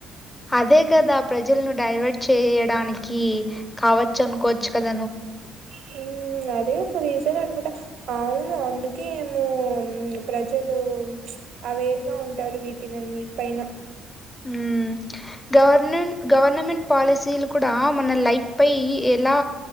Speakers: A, on the left (about 15°); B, on the right (about 65°).
A: అదే కదా ప్రజలను డైవర్ట్ చేయడానికి కావచ్చు అనుకోవచ్చు కద
B: <inaudible> ఉమ్మ్ అదే ఒక రీజన్ అనుకుంటా అవును అందుకే ఎమో మ్ ప్రజలు మ్మ్ అవేర్ గా ఉంటారు వీటిని అన్నింటి పైన
A: మ్మ్ గవర్ననన్ గవర్నమెంట్ పాలసీలు కూడా మన లైఫ్ పై ఎలా